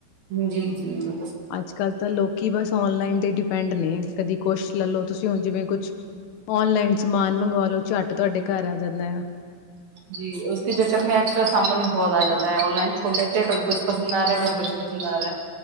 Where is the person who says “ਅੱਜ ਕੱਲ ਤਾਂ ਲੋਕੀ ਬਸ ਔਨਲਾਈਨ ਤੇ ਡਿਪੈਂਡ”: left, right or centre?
Left